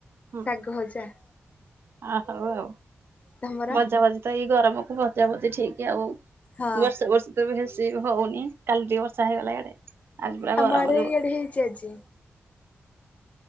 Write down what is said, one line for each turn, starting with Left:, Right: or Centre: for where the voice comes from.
Right: ହୁଁ
Left: ଶାଗ ଭଜା।
Right: ଆ ହଉ
Left: ତମର?
Right: ଭଜା ଭଜି ତ ଏଇ ଗରମକୁ ଭଜା ଭଜି ଠିକ ଆଉ।
Left: ହଁ।
Right: ବର୍ଷା ବର୍ଷି ତ ବେଶୀ ହଉନି କାଲି ଟିକେ ବର୍ଷା ହେଇଗଲା ଇଆଡେ। ଆଜି ପୁରା
Left: ଆମ
Right: ଗରମ
Left: ଆଡେ
Right: ଯୋର।
Left: ଇଆଡେ ହେଇଛି ଆଜି